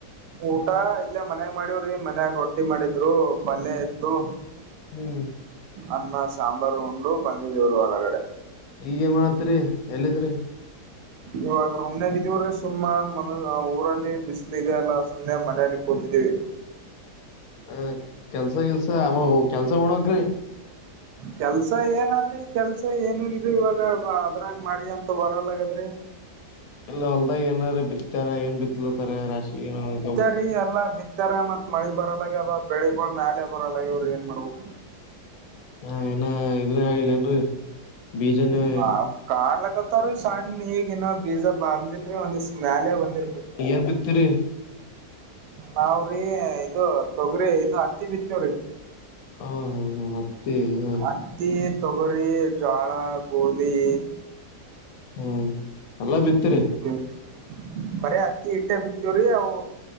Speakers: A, on the right; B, on the left.
A: ಊಟ ಇಲ್ಲೇ ಮನ್ಯಾಗ ಮಾಡವ್ರಿ ಮನ್ಯಾಗ ರೊಟ್ಟಿ ಮಾಡಿದ್ರು ಪಲ್ಯ ಇತ್ತು.
B: ಹ್ಮ್
A: ಅನ್ನ ಸಾಂಬಾರ್ ಉಂಡು ಬಂದಿದ್ ಇಲ್ಲಿ ಹೊರಗಡೆ.
B: ಈಗೇನ್ ಮಾಡತ್ರಿ ಎಲ್ಲಿದ್ರಿ.
A: ಇವಾಗ ರೂಮ್ನಾಗ್ದೀವ್ರೀ ಸುಮ್ಮ್ ಮನ್ ಊರಲ್ಲಿ ಬಿಸಲು ಇದೆ ಅಲ್ಲ ಸುಮ್ನೆ ಮನೆಲಿ ಕೂತಿದ್ದೀವಿ.
B: ಹೆ ಕೆಲಸ ಗಿಲಸ ಕೆಲಸ ಮಾಡೋಗ್ ರೀ
A: ಕೆಲಸ ಏನಾದ್ರಿ. ಕೆಲಸ ಏನೂ ಇಲ್ರರಿ ಇವಾಗ ಅದ್ರಾಗ ಮಳಿ ಅಂತೂ ಬರಲಗ್ಯದ್ರಿ.
B: ಇಲ್ಲ ಹೊಲ್ದ ಏನಾರೂ ಬಿತ್ತಾರ ಏನ್ ಬಿತ್ಲತಾರೆ ರಾಶಿ ಏನು ಗೊ
A: <unintelligible> ತ್ತರ ಮತ್ ಮಳಿ ಬರಲ್ಲೆ ಬೆಳಿಗ್ ಮ್ಯಾಲೆ ಬರಲ್ಲೆ ಇವ್ರು ಏನ್ ಮಾಡ್ಬೇಕು.
B: ಹಾ ಏನೊ ಇದೂ ಆಗಿಲ್ಲ ಏನ್ರರೀ ಬೀಜನೆ
A: ನ ಕಾಣ್ಲಕ್ಕತ್ತವ್ರೂ ಸಣ್ಣ ಈಗ ಇನ್ನ ಬೀಜ ಬಂದಿಲ್ರರಿ ಒಂದ್ ಮ್ಯಾಲೆ ಬಂದಿರ್
B: ಏನ್ ಬಿತ್ತೀರಿ.
A: ನಾವ್ರೀ ಇದು ತೊಗ್ರಿ ಇದು ಹತ್ತಿ ಬಿತ್ತವ್ರಿ.
B: ಹಾ ಹ ಹ್ಮ್ ಹತ್ತಿ ಹ್ಮ್
A: ಹತ್ತಿ ತೊಗರಿ ಜೋಳ ಗೋದಿ
B: ಹ್ಮ್ ಎಲ್ಲಾ
A: <unintelligible>
B: ಬಿತ್ತರಿ
A: ಬರೀ ಹತ್ತಿ ಇಟ್ಟೆ ಬಿತ್ತವ್ರಿ ಅವು